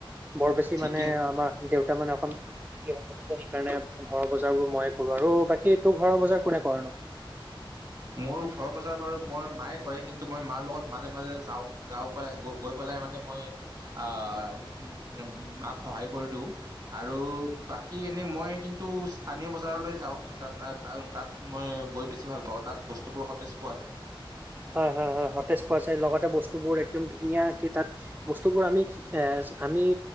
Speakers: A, on the right (about 20°); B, on the right (about 45°).
A: বৰ বেছি
B: ঠিকেত
A: মানে আমাৰ দেউতা মানে অকন সেইকাৰণে ঘৰৰ বজাৰ বোৰ মই কৰো আৰু বাকী তোৰ ঘৰৰ বজাৰ কোনে কৰে নোঁ?
B: মোৰ ঘৰ বজাৰ বাৰু মই মায়ে কৰে কিন্তু মই মাৰ লগত মাজে, মাজে যাওঁ, যাওঁ। গৈ পেলাই মানে মই আহ উ মাক সহায় কৰি দিওঁ। আৰু বাকী এনেই মই কিন্তু স্থানীয় বজাৰলৈ যাওঁ ত তাত মই গৈ বেছি ভাল পাওঁ তাত বস্তু বোৰ সতেজ পোৱা যায়।
A: হয়, হয়, হয় সতেজ পোৱা যায় লগতে বস্তুবোৰ একদম ধুনীয়া তাত বস্তুবোৰ আমি এ আমি